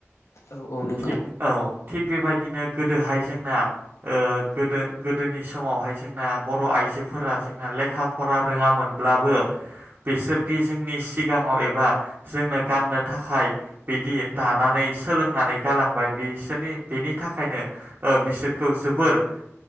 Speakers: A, on the left; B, on the right.
A: औ। औ नंगौ।
B: थिग औ थिग बेबायदिनो गोदोहाय जोंना ओ गोदो गोदोनि समावहाय जोंना बर' आइजोफोरा जोंना लेखा फरा रोङामोनब्ला ओ बिसोरदि जोंनि सि गाङाव एबा जोंनो गाननो थाखाय बिदि दानानै सोलोंनानै गालांबाय बि बिसोरनि बेनि थाखायनो ओ बिसोरखौ जोबोर ओम